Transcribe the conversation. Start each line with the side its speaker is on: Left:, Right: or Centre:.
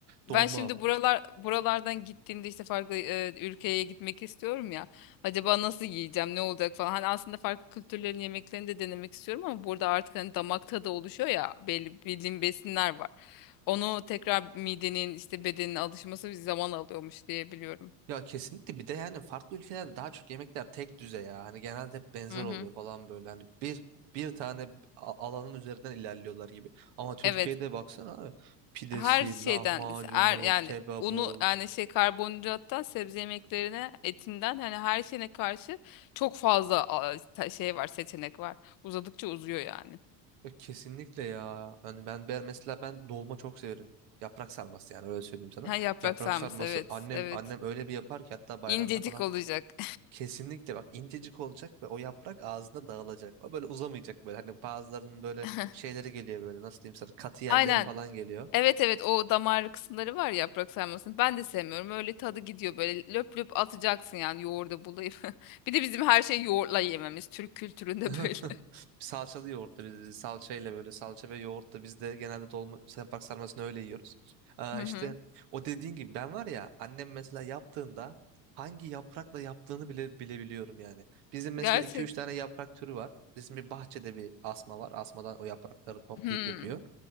Left: Ben
Right: Dolma,
Left: şimdi buralar buralardan gittiğimde işte farklı e, ülkeye gitmek istiyorum ya. Acaba nasıl yiyeceğim, ne olacak falan. Hani aslında farklı kültürlerin yemeklerini de denemek istiyorum ama burada artık hani damak tadı oluşuyor ya belli bildiğim besinler var. Onu tekrar midenin işte bedenin alışması bir zaman alıyormuş diye biliyorum.
Right: Ya kesinlikle bir de yani farklı ülkelerde daha çok yemekler tek düze ya. Hani genelde hep benzer
Left: Hı hı.
Right: oluyor falan böyle. Hani bir bir tane a- alanın üzerinden ilerliyorlar gibi. Ama Türkiye'de
Left: Evet.
Right: baksana abi. Pidesi,
Left: her şeyden
Right: lahmacunu,
Left: işte, her yani
Right: kebabı.
Left: unu yani şey karbonhidrattan sebze yemeklerine etinden hani her şeyine karşı çok fazla a, ta- şey var seçenek var. Uzadıkça uzuyor yani.
Right: Ya kesinlikle ya. Hani ben, ben mesela ben dolma çok severim. Yaprak sarması yani öyle söyleyeyim sana.
Left: Ha yaprak
Right: Yaprak
Left: sarması
Right: sarması
Left: evet
Right: annem
Left: evet.
Right: annem öyle bir yapar ki hatta bayramda
Left: İncecik
Right: falan
Left: olacak.
Right: Kesinlikle bak incecik olacak ve o yaprak ağzında dağılacak. O böyle uzamayacak böyle. Hani bazılarının böyle
Left: <laughs>
Right: şeyleri geliyor böyle nasıl diyeyim sana katı yerleri
Left: Aynen.
Right: falan geliyor.
Left: Evet evet o damar kısımları var ya yaprak sarmasının. Ben de sevmiyorum. Öyle tadı gidiyor böyle löp löp atacaksın yani yoğurda bulayım. <laughs> Bir de bizim her şeyi yoğurtla yememiz Türk kültüründe
Right: <laughs>
Left: böyle.
Right: Salçalı yoğurtla biz salçayla böyle salça ve yoğurtla biz de genelde dolma yaprak sarmasını öyle yiyoruz. Aa,
Left: <laughs> Hı
Right: işte
Left: hı.
Right: o dediğin gibi ben var ya annem mesela yaptığında hangi yaprakla yaptığını bile bilebiliyorum yani. Bizim mesela
Left: Gerçek.
Right: iki üç tane yaprak türü var. Bizim bir bahçede bir asma var. Asmadan o yaprakları toplayıp
Left: Hmm.
Right: yapıyor.